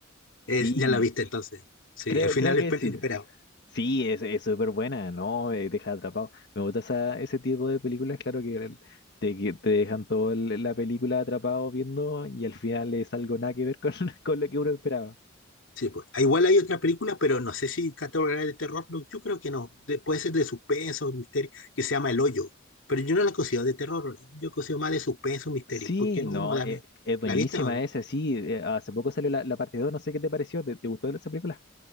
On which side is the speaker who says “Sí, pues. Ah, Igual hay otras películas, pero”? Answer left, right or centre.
Left